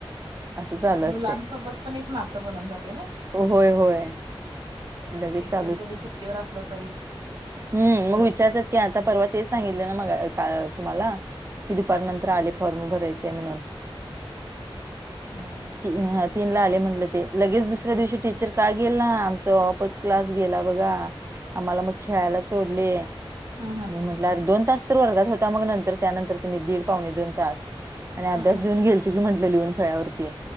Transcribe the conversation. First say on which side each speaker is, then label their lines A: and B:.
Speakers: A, on the right; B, on the right.
A: असं चालू
B: तर
A: असते
B: मुलांसोबत पण एक नातं बनून जात
A: होय होय लगेच
B: एक
A: चालूच
B: दिवस जरी सुट्टीवर असलं तरी
A: हम्म
B: हे
A: मग
B: होते
A: विचारत्यात की आता परवा तेच सांगितले ना मग का तुम्हाला कि दुपार नंतर आले फॉर्म भरायचाय म्हणून
B: हम्म
A: <unintelligible> तीन ला आले म्हंटलं ते लगेच दुसऱ्या दिवशी टीचर का गेला आमचा ऑफच क्लास गेला बघा आम्हाला मग खेळायला सोडले
B: हम्म
A: मी म्हटलं अर दोन तास तर वर्गात होता मग नंतर त्यानंतर तुम्ही दीड पावणे दोन तास आणि
B: हम्म
A: अभ्यास
B: हम्म
A: देऊन गेल ते की म्हटलं लिहून फळ्यावरती